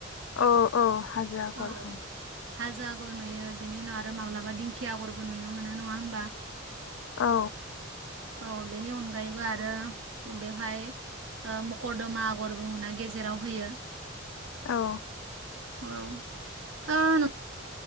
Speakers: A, on the left (about 80°); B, on the right (about 80°).
A: अ' अ'। हाजो आगर
B: औ
A: ओं।
B: हाजो आग'र नुयो बिनि उनाव आरो माब्लाबा दिंखिया आग'रबो नुनो मोनो नङा होमबा?
A: औ।
B: औ बेनि अनगायैबो आरो बेवहाय ओ मकरदमा आग'र बुङोना गेजेराव होयो।
A: औ।
B: औ। ओ